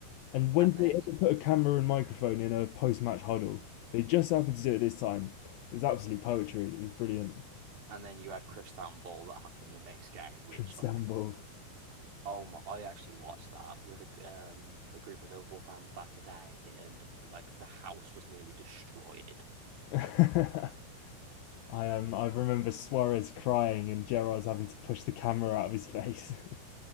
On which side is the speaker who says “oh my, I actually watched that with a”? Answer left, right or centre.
Right